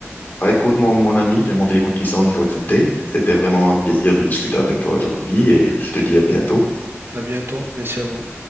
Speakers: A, on the left; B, on the right.
A: Ah, écoute, mon, mon ami, j'ai mon téléphone qui sonne, je dois quitter. C'était vraiment un plaisir de discuter avec toi aujourd'hui et je te dis à bientôt.
B: à bientôt, merci à vous.